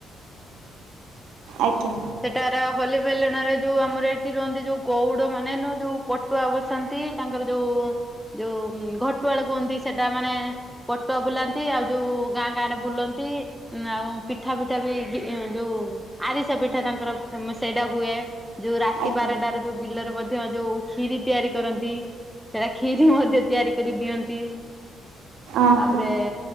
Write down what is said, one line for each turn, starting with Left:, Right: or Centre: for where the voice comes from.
Right: ଆଜ୍ଞା।
Centre: ସେଟାର ହୋଲି ବେଲାଣରେ ଯୋଉ ଆମର ଏଇଠି ରୁହନ୍ତି ଯୋଉ ଗଉଡ ମାନେ ନୁ ଯୋଉ ପଟୁଆ ବସନ୍ତି ତାଙ୍କର ଯୋଉ ଯୋଉ ଘଟୁଆଳ କୁହନ୍ତି ସେଟା ମାନେ ପଟୁଆ ବୁଲାନ୍ତି ଆଉ ଯୋଉ ଗାଁ ଗାଁ ରେ ବୁଲନ୍ତି ଆଉ ପିଠା ପିଠା ବି ଯୋଉ ଆରିସା ପିଠା। ଥା ତାଙ୍କର ଫେମ ସେଇଟା ହୁଏ। ଯୋଉ ରାତି
Right: ଆଜ୍ଞା
Centre: ବାରଟ ର ଯୋଉ ବିଲରେ ମଧ୍ୟ ଯୋଉ ଖିରି ତିଆରି କରନ୍ତି ସେଟା ଖିରି ମଧ୍ୟ ତିଆରି କରି ଦିଅନ୍ତି।
Right: ଓହୋ
Centre: ତାପରେ